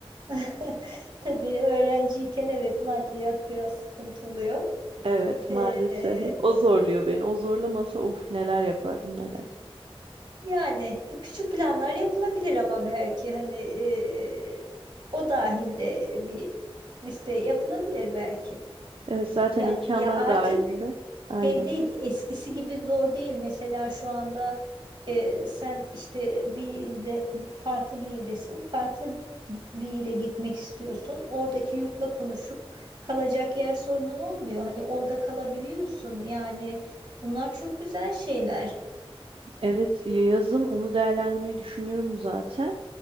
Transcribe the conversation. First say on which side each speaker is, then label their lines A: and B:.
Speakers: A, on the right; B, on the right.
A: <laughs> Tabii öğrenciyken evet maddiyat biraz sıkıntı oluyor.
B: Evet maalesef.
A: Ee,
B: O zorluyor beni. O zorlamasa uf neler yapardım neler.
A: yani küçük planlar yapılabilir ama belki hani ee, o dahilde bir liste yapılabilir belki.
B: Evet zaten
A: Ya
B: imkanlar
A: ya artık
B: dahilinde. Aynen.
A: Şey değil, eskisi gibi zor değil. Mesela şu anda e, sen işte bir ilde, farklı bir ildesin. Farklı bir ile gitmek istiyorsun. Oradaki yurtla konuşup kalacak yer sorunun olmuyor. Hani orada kalabiliyorsun. Yani bunlar çok güzel şeyler.
B: Evet yazın onu değerlendirmeyi düşünüyorum zaten.